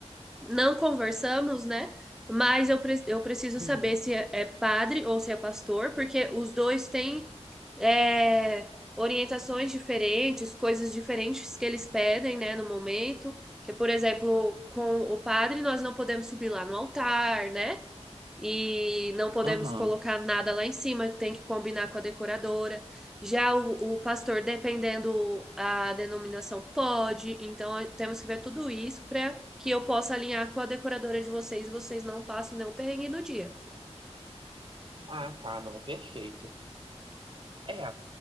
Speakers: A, in the centre; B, on the right.
A: não conversamos, né? Mas eu, pre- eu preciso
B: Uhum.
A: saber se é é padre ou se é pastor, porque os dois têm é, orientações diferentes, coisas diferentes que eles pedem, né, no momento. Que, por exemplo, com o padre nós não podemos subir lá no altar, né? e não podemos
B: Aham.
A: colocar nada lá em cima, tem que combinar com a decoradora. Já o, o pastor, dependendo a denominação, pode, então eh, temos que ver tudo isso para que eu possa alinhar com a decoradora de vocês, e vocês não passem não perrengue no dia.
B: Ah, tá, não, perfeito. É,